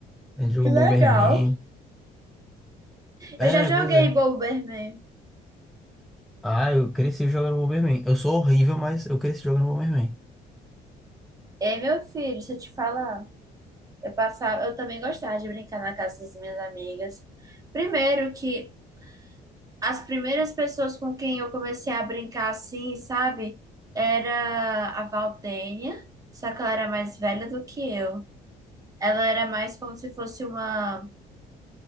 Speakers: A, in the centre; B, on the right (about 20°).
A: A gente jogou
B: que
A: Bomberman.
B: legal.
A: É,
B: Eu já joguei
A: pois é.
B: Bomberman.
A: Ah, eu cresci jogando Bomberman. Eu sou horrível, mas eu cresci jogando Bomberman.
B: Ei, meu filho, se eu te falar, eu passava, eu também gostava de brincar na casa das minhas amigas. Primeiro que as primeiras pessoas com quem eu comecei a brincar assim, sabe, era a Valdênia, só que ela era mais velha do que eu. Ela era mais como se fosse uma